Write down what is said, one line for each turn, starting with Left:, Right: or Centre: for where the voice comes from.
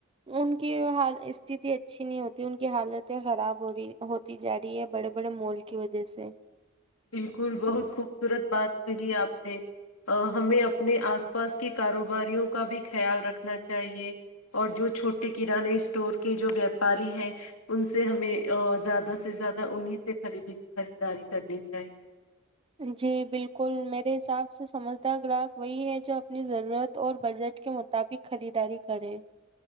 Right: ان کیال است اچھی نہیں ہوتی ان کی حالتیں خراب ہو رہی ہوتی جا رہی ہے بڑے بڑے مول کی وجہ سے
Left: بالکل بہت خوبصورت بات کہی آپ ہمیں اپنے آس پاس کے کاروباریوں کا بھی خیال رکھنا چاہیے اور جو چھوٹے کانے اسٹور کے جو ویاپاری ہیں ان سے ہمیں زیادہ سے زیادہ انہیں سے خریدی خریداری کرنی جاہے
Right: جی بالکل میرے حساب سے سمجھ گراہک وہی ہے جو اپنی ضرورت اور بجٹ کے مطابق خریداری کرے